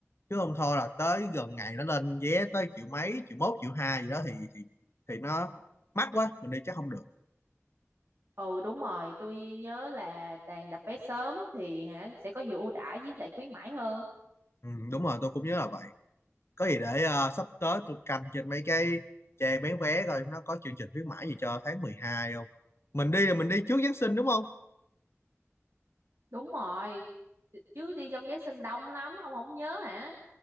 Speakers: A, on the left; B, on the right.
A: chứ không thôi là tới gần ngày nó lên vé tới triệu mấy triệu mốt triệu hai gì đó thì thì thì nó mắc quá mình đi chắc không được
B: Ừ đúng rồi, tôi nhớ là Tàn đặt vé sớm thì hả sẽ có nhiều ưu đãi với lại khuyến mãi hơn.
A: ừ, đúng rồi tôi cũng nhớ là vậy có gì để ờ, sắp tới tôi canh trên mấy cái trang bán vé coi nó có chương trình khuyến mãi gì cho tháng 12 không mình đi là mình đi trước Giáng sinh đúng không
B: Đúng rồi, chứ đi trong Giáng sinh đông lắm, ông không nhớ hả?